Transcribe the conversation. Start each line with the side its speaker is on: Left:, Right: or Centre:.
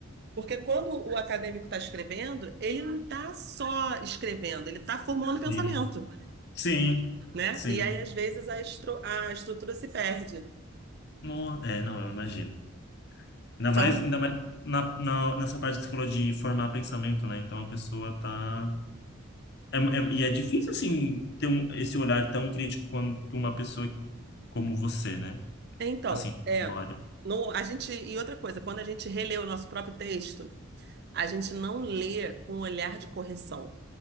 Right: Porque quando o acadêmico está escrevendo, ele não está só escrevendo, ele está formulando
Left: sim,
Right: pensamento,
Left: sim,
Right: né?
Left: sim,
Right: E aí,
Left: sim.
Right: às vezes, a, estru- a estrutura se perde.
Left: No, é, não, eu imagino. Ainda
Right: Então,
Left: mais, ainda mais na, na- nessa parte que você falou de formar pensamento, né? Então a pessoa tá. É, é- e é difícil, assim, ter um, esse olhar tão crítico quanto uma pessoa como você, né?
Right: então
Left: Assim,
Right: é,
Left: na hora.
Right: no, a gente, e outra coisa, quando a gente relê o nosso próprio texto, a gente não lê com um olhar de correção.